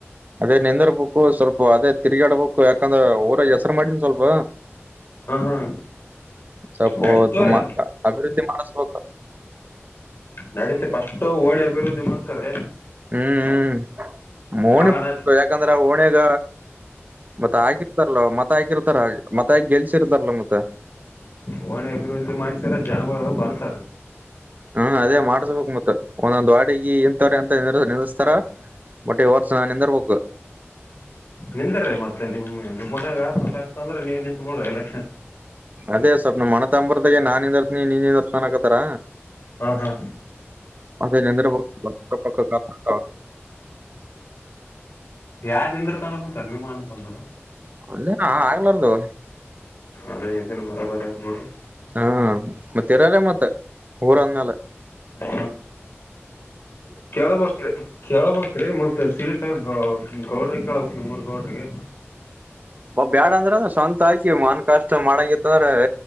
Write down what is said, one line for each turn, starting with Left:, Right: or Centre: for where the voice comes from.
Right: ಅದೇ ನೆಂದರ್ ಬಕ್ಕು ಸ್ವಲ್ಪ ಅದೇ ತಿರ್ಗಾಡ ಬಕ್ಕು ಯಾಕಂದ್ರ ಊರ ಹೆಸರು ಮಾಡಿನ ಸ್ವಲ್ಪ
Left: ಹಾ ಹಾ
Right: ಸಪೋ
Left: ನಡತವ್ರ
Right: ಅಭಿವೃದ್ಧಿ ಮಾನಸವೋಗ
Left: ನಡತಿ ಪಸ್ ಓಣಿ ಅಭಿವೃದ್ಧಿ ಮಾಡ್ಸಾರೆ
Right: ಹ್ಮ್ ಹ್ಮ್ ಮೋಣಿ
Left: ಗಾಣ
Right: ಯಾಕಂದ್ರ ಓಣಿಯಾಗ ಮತ್ತೆ ಹಾಕಿರ್ತಾರಲ್ಲ ಮತ್ತ ಹಾಕಿರ್ತಾರ ಮತ್ತ ಹಕಿ ಗೆಲ್ಸಿರ್ತಾರಲ್ಲ ಮತ್ತೆ
Left: ಹೋಣಿ ಅಭಿವೃದ್ಧಿ ಮಾಡ್ಸರ ಜನಗಳು ಬರ್ತಾರ
Right: ಹ್ಮ ಅದೇ ಮಾಡ್ಸ್ಬೇಕಕ್ ಮತ್ತತ್ ಒಂದೊಂದ್ ವಾಡಿಗೆ ಇಂತವ್ರ ಅಂತ ನಿಲ್ಲಸ್ತಾರ ಮೊಟ್ಟೆ ವರ್ಸ ನಾನ ನಿಂತರ್ ಪೋಕ್
Left: ನಿಂದ್ರ ಮತ್ತೆ ನಿಮ್ ನಿಮ್ಮ ಮನೆಗಾಸ್ಲ ಇತ್ತ ಅಂದ್ರೆ ನೀ ನಿಂತತ್ ಬಿಡ್ರಿ ಇಲ್ಲ
Right: ಅದೇ ಸ್ವಪ್ನ ಮನ ತಂಬರ್ದಾಗೆ ನಾದರ್ ನೀ ನೀನ್ದ ಸ್ನಾನಕತ್ತಾರ
Left: ಹಾ ಹಾ
Right: ಅದ ನೆಂದರ ಕ್ಕ ಪಕ್ಕತತ
Left: ಯಾರ್ ನಿಂದ್ರ ತಾನ ಕುಂತಾರ ನಿಮ್ಮನ ತಂದರ
Right: ಅಲ್ಲ ಹಾ ಆಗ್ಲಾರದು
Left: ಅದೇ ಇದನ್ ಬರ ಬರ ಆಗ್ಬಿಡ್ರಿ
Right: ಹಾ ಮತ್ತೆರಾರ ಮತ್ತ ಊರ ಅಂದ್ಮೇಲ
Left: ಆ ಕೇಳ ಬೇಕ್ರಿ ಕೇಳ್ಬ್ರೀ ಮತ್ತತ್ ಸೀಟ ಗೌಡ್ರಿ ಕೇಳ್ಬ ನಮೂರ್ ಗೌಡ್ರಿಗೆ
Right: ಬ್ಯಾಡ ಅಂದ್ರ ಸ್ವಂತ ಆಕಿ ಮನ್ ಕಷ್ಟ ಮಾಡಂಗಿತ್ತಂದ್ರ